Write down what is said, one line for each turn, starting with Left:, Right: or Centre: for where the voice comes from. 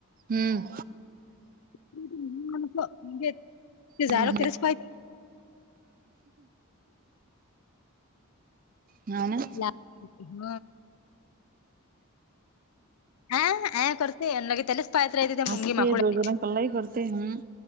Right: हम्म.
Left: म्हणजे <inaudible> जायला
Right: हम हम.
Left: त्यालाच पाहिजे
Right: ना न
Left: लागत तीथं ॲ ॲ करतय, आन लगे तेलेच पाह्यत राहतय, ते
Right: हसते
Left: मुंगी माकोड्याले.
Right: जोरजोरान कल्लाही करते हम्म